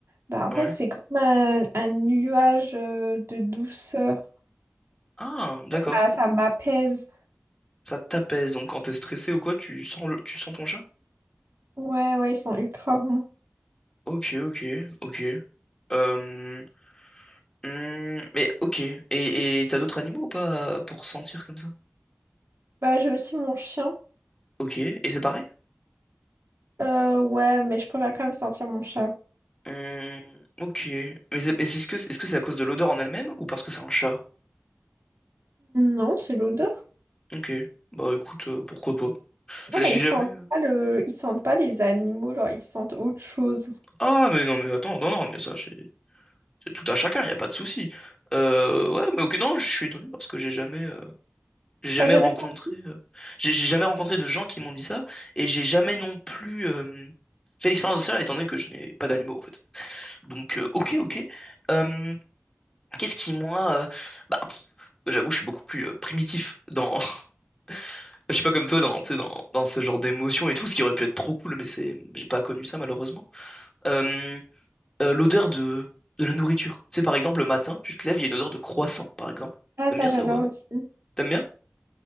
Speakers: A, on the right; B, on the left.
A: bah en
B: Ouais.
A: fait c'est comme un, un nuage euh, de douceur.
B: Ah, d'accord.
A: Ça, ça m'apaise.
B: Ça t'apaise, donc quand t'es stressé ou quoi, tu sens le... tu sens ton chat?
A: Ouais, ouais, ils sont ultra bons.
B: Ok, ok, ok. Euh, Hmm, mais ok. Et et t'as d'autres animaux ou pas euh, pour sentir comme ça?
A: Bah j'ai aussi mon chien.
B: Ok. Et c'est pareil?
A: Euh, ouais, mais je préfère quand même sentir mon chat.
B: Hmm, ok. Mais c'est mais c'est- est-ce que est-ce que c'est à cause de l'odeur en elle-même ou parce que c'est un chat?
A: Non, c'est l'odeur.
B: Ok. Bah écoute, euh, pourquoi pas? Je-
A: Non,
B: J'ai
A: mais ils sentent
B: jamais.
A: pas le... ils sentent pas les animaux, genre ils sentent autre chose.
B: Ah mais non mais attends, non non mais ça c'est c'est tout à chacun, y a pas de souci. Euh, ouais mais ok non, je suis étonné parce que j'ai jamais euh, j'ai jamais
A: T'as jamais
B: rencontré
A: senti?
B: euh, j'ai j'ai jamais rencontré de gens qui m'ont dit ça et j'ai jamais non plus euh, fait l'expérience de ça étant donné que je n'ai pas d'animaux en fait. Donc, euh, ok, ok. Euh, qu'est-ce qui, moi, euh, bah, pff, j'avoue, je suis beaucoup plus euh, primitif dans, <laughs> je suis pas comme toi dans, tu sais, dans, dans ce genre d'émotion et tout, ce qui aurait pu être trop cool, mais c'est, j'ai pas connu ça malheureusement. Euh, euh, l'odeur de, de la nourriture. Tu sais, par exemple, le matin, tu te lèves, il y a une odeur de croissant, par exemple.
A: Ah,
B: T'aimes
A: ça
B: bien
A: j'adore
B: ça ou pas?
A: aussi.
B: T'aimes bien?